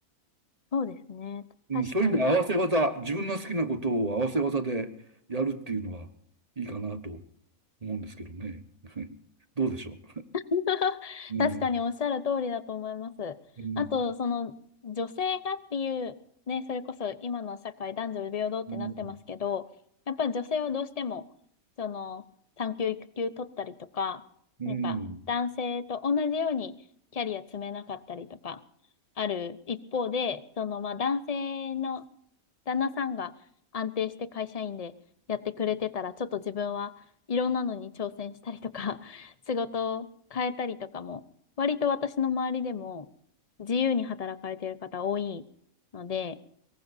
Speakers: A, on the left; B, on the right.
A: そうですね。
B: うん、
A: 確かに。
B: そういう意味で合わせ技、自分の好きなことを合わせ技でやるっていうのはいいかなと思うんですけどね。<laughs> どうでしょ
A: <laughs>
B: う。うん、
A: 確かにおっしゃる通りだと思います。
B: うん、
A: あと、その、女性がっていう、ね、それこそ今の社会男女平等ってなってますけど、
B: うん、
A: やっぱり女性はどうしても、その、産休育休取ったりとか、
B: うん、
A: なんか、男性と同じようにキャリア積めなかったりとか、ある一方で、その、まあ、男性の旦那さんが安定して会社員でやってくれてたら、ちょっと自分はいろんなのに挑戦したりとか、<laughs> 仕事を変えたりとかも、割と私の周りでも自由に働かれてる方多いので、